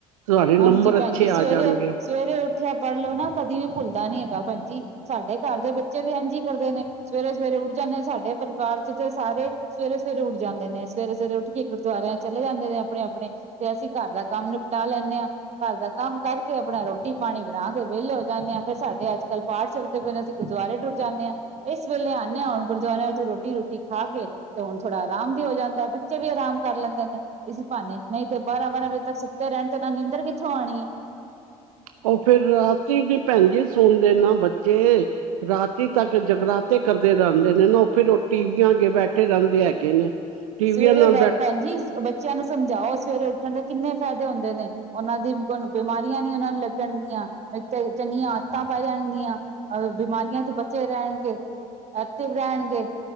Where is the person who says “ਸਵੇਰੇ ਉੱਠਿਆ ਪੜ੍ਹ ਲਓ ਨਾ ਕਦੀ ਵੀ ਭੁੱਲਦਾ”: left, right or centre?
Right